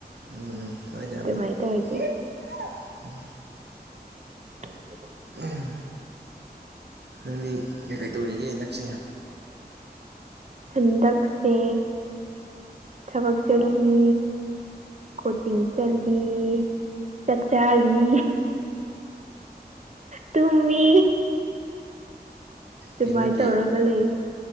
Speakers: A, on the right (about 80°); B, on the right (about 45°).
A: ꯎꯝ ꯎꯝ ꯁꯣꯢꯗꯦ ꯌꯥꯝꯅ
B: ꯑꯗꯨꯃꯥꯏꯅ
A: <unintelligible>
B: ꯇꯧꯔꯗꯤ <unintelligible>
A: ꯎꯝ ꯅꯪꯗꯤ ꯀꯩꯀꯩ ꯇꯧꯔꯤꯒꯦ ꯏꯟꯗꯛꯁꯦ
B: ꯍꯟꯗꯛꯁꯦ ꯊꯕꯛ ꯆꯠꯂꯤ ꯀꯣꯆꯤꯡ ꯆꯜꯂꯤ ꯆꯥꯛꯆꯥꯔꯤ ꯇꯨꯝꯃꯤ ꯗꯨꯃꯥꯢ
A: ꯀꯩꯅꯣꯒꯤ
B: ꯇꯧꯔꯒ ꯂꯩꯌꯦ